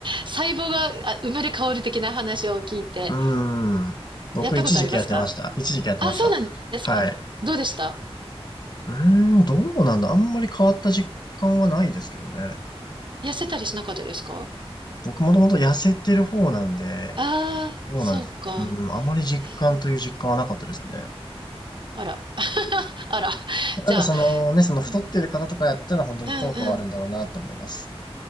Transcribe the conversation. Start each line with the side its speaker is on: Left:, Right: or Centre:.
Right: 細胞があ生まれ変わる的な話を聞いて、
Left: うーん。僕一時期やってました。
Right: やったことありますか
Left: 一時期やってました。
Right: あ、そうなんですかどうでした
Left: はい。うーん、どうなんだ。あんまり変わった実感はないですけどね。
Right: 痩せたりしなかったですか
Left: 僕もともと痩せてる方なんで、
Right: ああ、
Left: そうなんです。
Right: そうか。
Left: うん、あまり実感という実感はなかったですね。
Right: えーあら。<laughs> あら。じゃあ、
Left: なんかそのね、その太ってる方とかやったら本当に効果はあるんだろうなと思います。
Right: うん、うんうん。